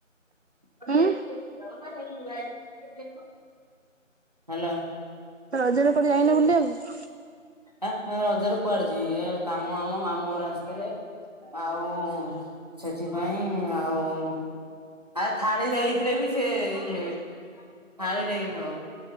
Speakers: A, on the right; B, on the right.
A: <unintelligible>
B: ଉଁ
A: ହାଲୋ।
B: ରଜରେ କୁଆଡେ ଯାଇନ ବୁଲିବାକୁ?
A: ଆ ହ ରଜରେ କୁଆଡେ ଯିବି ଏ କାମ ଆଉ ମୋ ମାମୁଁ ଘର ଆସିଥିଲେ। ଆଉ ସେଥିପାଇଁ ଆଉ। ଆରେ ଥାଳିରେ ହେଇଥିଲେ ବି ସେ ଇଏ ଥାଳିରେ ହେଇଥିବ।